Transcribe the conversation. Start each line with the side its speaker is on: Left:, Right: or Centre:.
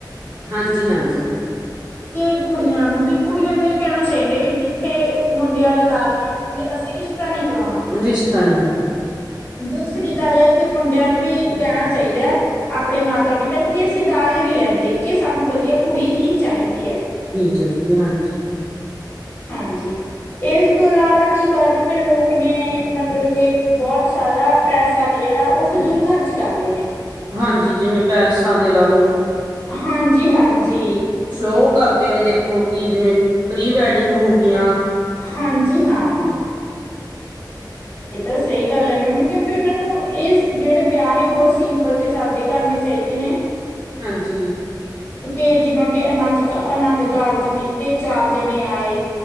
Right: ਹਾਂਜੀ ਹਾਂਜੀ
Left: ਕਿ ਕੁੜੀਆਂ ਨੂੰ ਵੀ ਕੁੜੀਆਂ ਨੂੰ ਇਹ ਕਹਿਣਾ ਚਾਹੀਦਾ ਵੀ ਜਿੱਥੇ ਮੁੰਡੇ ਵਾਲੇ ਦਾਜ ਮੰਗਣਗੇ ਅਸੀਂ ਨੀ ਕਰਾਉਣਾ
Right: ਰਿਸ਼ਤਾ ਨੀ ਕਰਨਾ
Left: ਦੂਸਰੀ ਗੱਲ ਇਹ ਕਿ ਮੁੰਡਿਆਂ ਨੂੰ ਵੀ ਕਹਿਣਾ ਚਾਹੀਦਾ ਹੈ ਆਪਣੇ ਮਾਤਾ ਪਿਤਾ ਨੂੰ ਕਿ ਅਸੀਂ ਦਾਜ ਨਹੀਂ ਲੈਂਦੇ ਕਿ ਸਾਨੂੰ ਵਧੀਆ ਕੁੜੀ ਹੀ ਚਾਹੀਦੀ ਹੈ
Right: ਚੰਗੀ ਹਾਂਜੀ
Left: ਹਾਂਜੀ ਇਸ ਤੋਂ ਇਲਾਵਾ ਕੀ ਕਰ ਰਹੇ ਨੇ ਲੋਕ ਨੇ ਮਤਲਬ ਕੇ ਬਹੁਤ ਜ਼ਿਆਦਾ ਪੈਸਾ ਨੇ ਜਿਹੜਾ ਉਹ ਫਜ਼ੂਲ ਖਰਚ ਕਰ ਰਹੇ ਨੇ
Right: ਹਾਂਜੀ ਜਿਵੇਂ ਪੈਲਸਾਂ ਤੇ ਲਾ ਲਓ,
Left: ਹਾਂਜੀ-ਹਾਂਜੀ
Right: ਸ਼ੋਅ ਕਰਦੇ ਨੇ ਦੇਖੋ ਕਿ ਜਿਵੇਂ ਪ੍ਰੀ ਵੈਡਿੰਗ ਹੋ ਗਿਆ
Left: ਹਾਂਜੀ ਹਾਂ ਇਹ ਤਾਂ ਸਹੀ ਗੱਲ ਹੈ ਮੈਮ ਕਿਉਂਕਿ ਉਹਨਾਂ ਨੂੰ ਇਹ ਜਿਹੜੇ ਵਿਆਹ ਨੇ ਉਹ ਬਹੁਤ ਸਿੰਪਲ ਦੇ ਸਾਦੇ ਕਰਨੇ ਚਾਹੀਦੇ ਨੇ
Right: ਹਾਂਜੀ
Left: ਕੇ ਜਿਵੇਾਂ ਕਿ ਅਨੰਦ ਆਨੰਦ ਕਾਰਜ ਦਿੱਤੇ ਚਾਰ ਜਣੇ ਆਏ